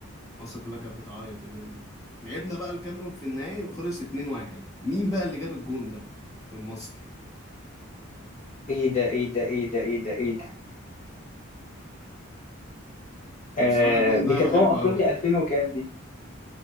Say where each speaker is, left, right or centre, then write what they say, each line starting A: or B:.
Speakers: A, on the left; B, on the left.
A: مصر كلها كانت بتعيط اليوم ده لعبنا بقى الكاميرون في النهائي وخلص 2-1 مين بقى اللي جاب الجون ده من مصر
B: إيه ده إيه ده إيه ده إيه ده إيه ده
A: انا
B: آه،
A: بصراحة الجون
B: دي
A: ده
B: كانت
A: بحبه
B: أمم أفريقيا
A: قوي يعني
B: 2000 وكام دي؟